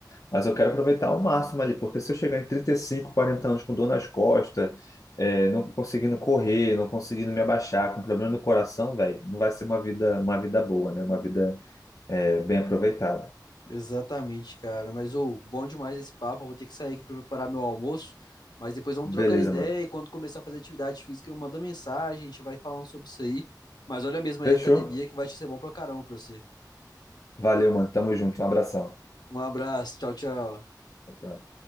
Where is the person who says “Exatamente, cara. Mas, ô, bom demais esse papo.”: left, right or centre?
Left